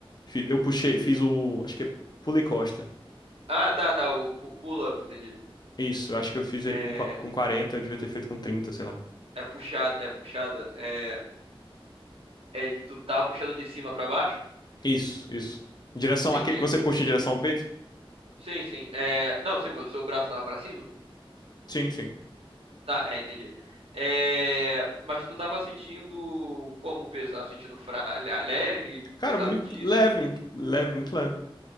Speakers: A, on the left; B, on the right.
A: Fi- Eu puxei, fiz o, acho que é pulei costa.
B: Ah, tá, tá. O pu- pull-up, entendi.
A: Isso, eu acho que eu fiz ele
B: É...
A: com, qua- com quarenta eu devia ter feito com trinta sei lá.
B: é puxada, é puxada. É... é- Tu tava puxando de cima pra baixo?
A: Isso, isso. Direção,
B: Entendi.
A: aquele que você puxa em direção ao peito?
B: Sim, sim. É... Não, sim, o seu braço tava pra cima?
A: Sim, sim.
B: Tá, é, entendi. É... Mas tu tava sentindo como peso? Tava sentindo fra... le- leve,
A: Cara,
B: pesadíssimo?
A: muito leve, leve, muito leve.